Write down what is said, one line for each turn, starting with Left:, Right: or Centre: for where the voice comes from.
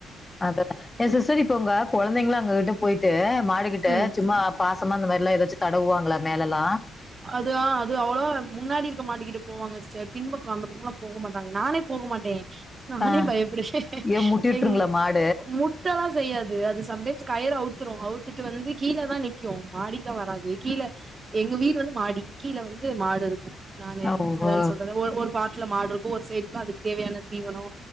Left: அத எ சிஸ்டர் இப்ப உங்க கொழந்தைங்கலா அங்க கிட் ட போயிட்டு மாடுக்கிட்ட
Right: ம்
Left: சும்மா பாசமா இந்த மேரில்லா ஏதாச்சு தடவுவாங்களா மேலல்லா
Right: அது ஆ அது அவ்ளோவா முன்னாடி இருக்க மாடுக்கிட்ட போவாங்க சிஸ்டர் பின்பக்கோ அந்த பக்கோலா போக மாட்டாங்க நானே போக மாட்டே நானே
Left: ஆ.
Right: பயப்படுவே
Left: ஏன் முட்டி விட்டுருங்களா
Right: எங்
Left: மாடு?
Right: முட்ட எல்லா செய்யாது அது சம்டைம்ஸ் கயிற அவுத்துரு அவு த்துட்டு வந்து கீழ தா நிக்கு மாடிக்குலா வராது கீழ எங்க வீடு வந் மாடி கீழ வந்து மாடு இருக்கு நானு
Left: ஓஹோ!
Right: அதால சொல்றேன்ல ஒரு ஒரு பாட்டுல மாடுருக்கு ஒரு சைடு ஃபுல்லா அதுக்கு தேவையான தீவனோ